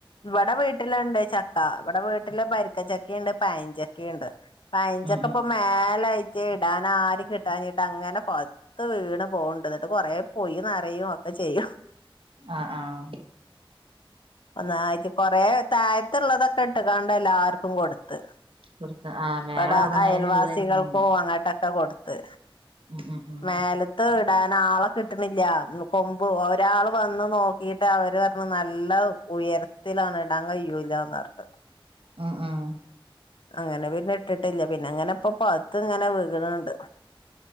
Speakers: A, on the left; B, on the right.
A: ഇവിടെ വീട്ടിലുണ്ട് ച ക്ക ഇവിടെ വീട്ടില് പരിക്കച്ചക്കയുണ്ട് പൈഞ്ചക്കുണ്ട് പയഞ്ചക്ക
B: ഉം ഉം
A: ഇപ്പൊ മേലാ <unintelligible> ഇടൻ ആരും കിട്ടാട്ട് അങ്ങനെ പത്ത് വീണ് പോകണ്ടിട്ട് എന്നിട്ട് കൊറ പോയി നേര പറയുവ ഒക്കെ ചെയ്യും.
B: ആഹ് ആഹ.
A: <unintelligible> കൊറെ താഴത്തുള്ളതൊക്കെ ഇട്ട് കാണ്ട എല്ലാർക്കും കൊടുത്ത്.
B: കൊടുത്ത് ആ മേലള്ളതൊക്കെ
A: ഇവിടെ അയൽവാസികൾ
B: ഇങ്ങനെ വീണേക്കില്ലേ
A: പോ അങ്ങ കൊടുത്ത്.
B: ഉം ഉം ഉം
A: <unintelligible> ഇടൻ ആളെ കിട്ടണില്ല കൊമ്പ് ഒരാൾ വന്ന് നോക്കിട്ട് അവര് പറഞ്ഞു നല്ല ഉയരത്തിലാണ് ഇടാൻ കഴിയൂല്ലന്ന് പറഞ്ഞത്
B: ആഹ ആഹ
A: അങ്ങനെ പിന്നെ ഇട്ടിട്ടില്ല പിന്നെ അങ്ങനെ ഇപ്പൊ പത്ത് ഇങ്ങനെ വീകണണ്ട്